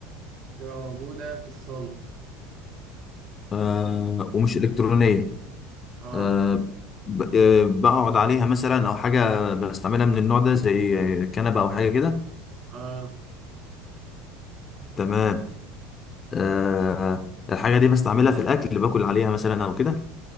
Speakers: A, on the right; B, on the left.
A: موجودة في الصالة
B: آه، ومش الكترونيه
A: اه
B: آه، ب- آه، بقعد عليها مثلا او حاجه بستعملها من النوع ده زي كنبه او حاجه كده
A: اه
B: تمام آه، الحاجه دي بستعملها في الاكل اللي باكل عليها مثلا او كده